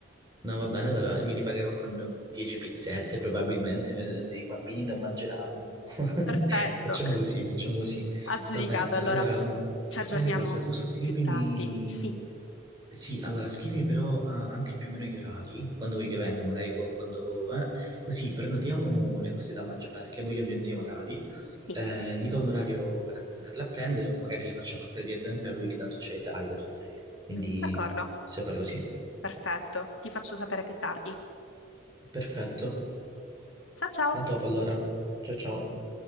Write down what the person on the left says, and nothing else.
Perfetto,
aggiudicato.
Allora,
ci
aggiorniamo
più tardi. Sì,
sì,
d'accordo,
perfetto. Ti faccio sapere più tardi.
Ciao ciao!